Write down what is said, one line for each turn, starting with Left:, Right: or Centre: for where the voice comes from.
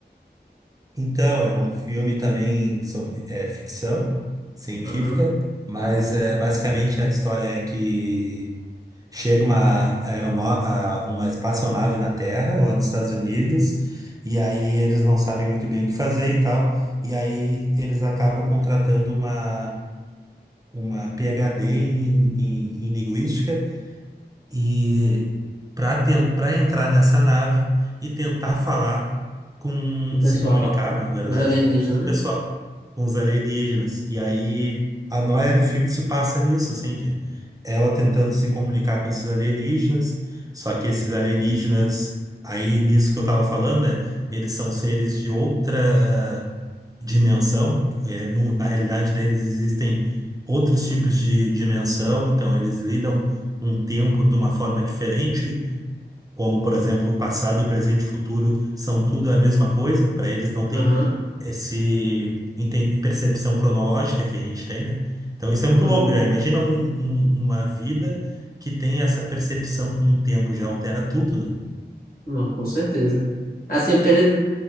Right: Então, é um filme também sobre é, ficção científica,
Left: Aham.
Right: mas é, basicamente a história é que chega uma, aerono- a- uma espaçonave na Terra, lá nos Estados Unidos, e aí eles não sabem muito bem o que fazer e tal, e aí eles acabam contratando uma, uma PhD em, em, em linguística e para para entrar nessa nave e tentar falar com
Left: O pessoal
Right: se comunicar,
Left: lá.
Right: né, na verdade,
Left: Os alienígenas,
Right: com o pessoal,
Left: né?
Right: com os alienígenas. E aí a noia do filme se passa nisso, assim, de ela tentando se comunicar com esses alienígenas, só que esses alienígenas, aí nisso que eu tava falando, né? Eles são seres de outra dimensão. É, no- na realidade deles existem outros tipos de dimensão, então eles lidam um tempo de uma forma diferente, como, por exemplo, o passado, o presente e o futuro são tudo a mesma coisa, para eles não tem
Left: Aham,
Right: esse enten- percepção cronológica que a gente tem, né? Então isso é muito
Left: uhum,
Right: louco já. Imagina um- um- uma vida que tem essa percepção com o tempo, já altera tudo, né?
Left: Não, com certeza. Assim, porque a gente